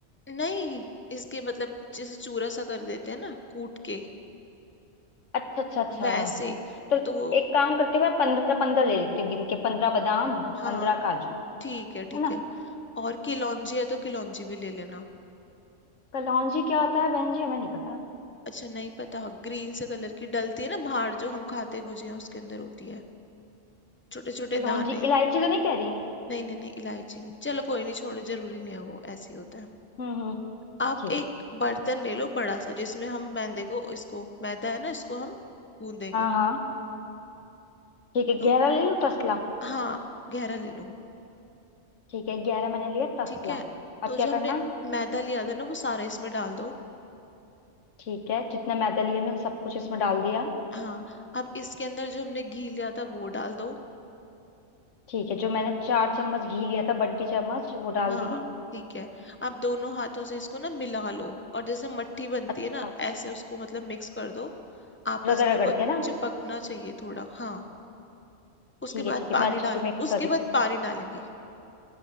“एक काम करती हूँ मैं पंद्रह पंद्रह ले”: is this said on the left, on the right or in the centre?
Left